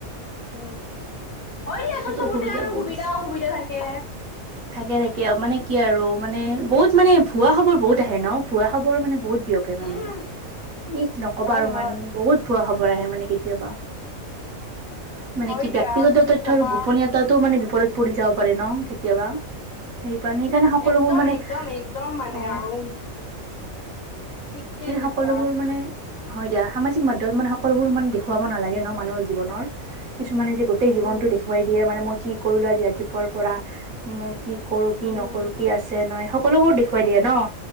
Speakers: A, on the left; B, on the right.
A: উম, হয় দিয়াচোন চবতে
B: অসুবিধা
A: আৰু
B: বহুত
A: সুবিধা
B: আছে
A: অসুবিধা থাকে।
B: থাকে, থাকে। মানে কি আৰু, মানে বহুত, মানে ভুৱা খবৰ বহুত আহে। ন, ভুৱা খবৰ মানে বহুত বিয়পে মানে।
A: উম,
B: এই নক'বা,
A: হয়,
B: আৰু মানে
A: হয়।
B: বহুত ভুৱা খবৰ। <unintelligible> আহে মানে কেতিয়াবা। মানে
A: হয়
B: কি
A: দিয়া
B: ব্যক্তিগত
A: কি
B: তথ্যৰ
A: কবা
B: গোপনীয়তাটো মানে বিপৰীত পৰি যাব পাৰে নহ কেতিয়াবা, সেই। <unintelligible> সেইকাৰণে সকলোবোৰ
A: একদম,
B: মানে,
A: একদম, একদম মানে
B: অ,
A: আৰু ঠিকে
B: এনে
A: কৈছা
B: সকলোবোৰ মানে, হয় দিয়া, সামাজিক মাধ্যমত মানে সকলোবোৰ মানে দেখুৱাব নালাগে ন মানুহৰ জীৱনৰ। কিছুমানে যে গোটেই জীৱনটো
A: উম।
B: দেখুৱাই দিয়ে, মানে মই কি কৰিলোঁ, আজি ৰাতিপুৱাৰ পৰা মই কি? কৰোঁ কি,
A: উম।
B: নকৰোঁ কি, আছে নাই, সকলোবোৰ দেখুৱাই দিয়ে নহ?